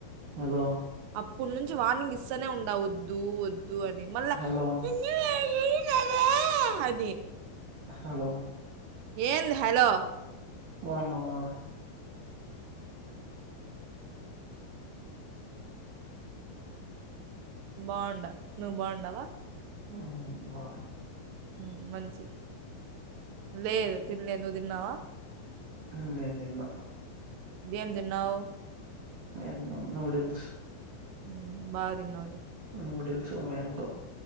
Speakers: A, on the right; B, on the right.
A: హలో
B: అప్పన్నుంచి వార్నింగ్ ఇస్తానే ఉండా ఒద్దు ఒద్దు అని మళ్ళా
A: హలో
B: ఎన్ <unintelligible> అనీ
A: హలో
B: ఏంది హలో
A: బావున్నవా
B: బావుండ నువ్ బావుండావ
A: ఉమ్ బావున్
B: మ్మ్ మంచిది లేదు తినలే నువు దిన్నావా
A: హు నేన్ దిన్నా
B: ఏం దిన్నావు
A: నేనూ నూడిల్స్
B: ఉమ్ బాగా దిన్నావ్ ల్
A: నూడిల్స్ మ్యాంగో